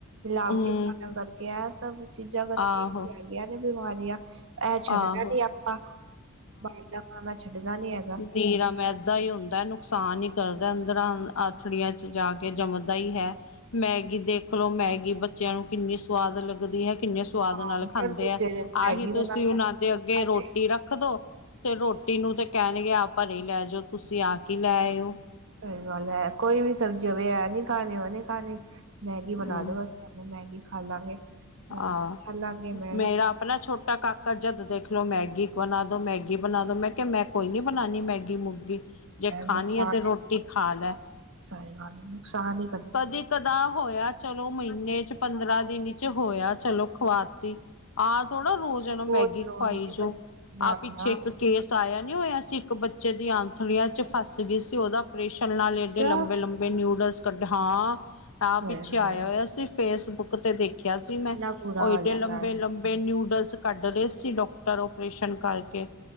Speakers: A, on the right; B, on the left.
A: ਮਿਲਾਵਟੀ
B: ਹੂੰ
A: ਖਾਣਾ ਕਰਕੇ ਐ ਸਭ ਚੀਜ਼ਾਂ ਕਰਕੇ
B: ਆਹੋ
A: ਹੈਗੀਆ ਨੇ ਬਿਮਾਰੀਆਂ ਐ
B: ਆਹੋ
A: ਛੱਡਣਾ ਨੀ ਆਪਾਂ, ਬਾਰ ਦਾ ਖਾਨਾ ਛੱਡਣਾ ਨੀ ਹੈਗਾ
B: ਨਿਰਾ ਮੈਦਾ ਈ ਹੁੰਦਾ ਨੁਕਸਾਨ ਈ ਕਰਦਾ ਅੰਦਰਾਂ ਆਥੜੀਆਂ ਚ ਜਾ ਕੇ ਕੇ ਜੰਮਦਾ ਈ ਹੈ ਮੈਗੀ ਦੇਖਲੋ ਮੈਗੀ ਬੱਚਿਆਂ ਨੂੰ ਕਿੰਨੀ ਸਵਾਦ ਲੱਗਦੀ ਹੈ ਕਿੰਨੇ ਸਵਾਦ
A: ਹਾਂ
B: ਨਾਲ ਖਾਂਦੇ
A: ਫਿਰ ਦੂਜੇ
B: ਐ
A: ਦਿਨ
B: ਆਹੀ
A: ਮੈਗੀ ਬਣਾ
B: ਤੁਸੀਂ
A: ਲਓ,
B: ਉਨਾਂ ਦੇ ਅੱਗੇ
A: ਅੱਜ
B: ਰੋਟੀ ਰੱਖਦੋ ਤੇ ਰੋਟੀ ਨੂੰ ਤੇ ਕਹਿਣਗੇ ਆ ਭਰੇ ਹੀ ਲੈ ਜੋ, ਤੁਸੀਂ ਆ ਕੀ ਲੈ ਆਏ ਓ
A: ਸਹੀ ਗੱਲ ਹੈ ਕੋਈ ਵੀ ਸਬਜ਼ੀ ਹੋਵੇ ਐ ਨੀ ਖਾਣੇ ਓ ਨੀ ਖਾਣੀ, ਮੈਗੀ
B: ਹੂੰ
A: ਬਣਾ ਦੋ ਬਸ ਮੰਮਾ ਮੈਗੀ ਖਾ ਲਾਂਗੇ
B: ਆ
A: ਖਾ ਲਾਂਗੇ ਮੈਗੀ
B: ਮੇਰਾ ਆਪਣਾ ਛੋਟਾ ਕਾਕਾ ਜਦ ਦੇਖਲੋ ਮੈਗੀ ਬਣਾ ਦੋ ਮੈਗੀ ਬਣਾ ਦੋ, ਮੈਂ ਕਿਹਾ ਮੈਂ ਕੋਈ ਨੀ ਬਣਾਣੀ ਮੈਗੀ ਮੈਗੀ ਮੁਗੀ ਜੇ ਖਾਣੀ
A: ਨੁਕਸਾਨ
B: ਐ ਤੇ ਰੋਟੀ ਖਾ ਲੈ
A: ਸਹੀ ਗੱਲ ਐ ਨੁਕਸਾਨ ਈ
B: ਕਦੀ ਕਦਾ ਹੋਇਆ ਚਲੋ ਮਹੀਨੇ ਚ ਪੰਦਰਾਂ ਦਿਨੀਂ ਚ ਹੋਇਆ ਚਲੋ ਖਵਾਤੀ ਆਹ ਥੋੜਾ ਰੋਜ਼ ਇਹਨੂੰ ਮੈਗੀ
A: ਰੋਜ਼
B: ਖਵਾਈ
A: ਰੋਜ਼ ਨੀ
B: ਜੋ,
A: ਨਾ
B: ਆਹ ਪਿੱਛੇ
A: ਨਾ
B: ਇੱਕ ਕੇਸ ਆਇਆ ਨੀ ਹੋਇਆ ਸੀ, ਇੱਕ ਬੱਚੇ ਦੀ ਆਂਥੜੀਆਂ ਚ ਫਸ ਗਈ ਸੀ ਉਹਦਾ ਆਪਰੇਸ਼ਨ ਨਾਲ
A: ਅੱਛਾ
B: ਏਡੇ ਲੰਬੇ- ਲੰਬੇ ਬੀ ਨਿਊਡਲਸ ਕੱਢੇ, ਹਾਂ ਤਾਂ
A: ਹਾਏ
B: ਪਿੱਛੇ
A: ਹਾਏ
B: ਆਇਆ ਹੋਇਆ ਸੀਂ ਫੇਸਬੁੱਕ ਬੁੱਕ ਤੇ ਦੇਖਿਆ ਸੀ
A: ਕਿੰਨਾ
B: ਮੈਂ,
A: ਬੁਰਾ
B: ਓ ਏਡੇ
A: ਹਾਲ ਹੈਗਾ
B: ਲੰਬੇ-
A: ਅੱਜ
B: ਲੰ ਨਿਊਡਲਸ ਕੱਢ ਰੇ ਸੀ, ਡਾਕਟਰ ਓਪਰੇਸ਼ਨ ਕਰਕੇ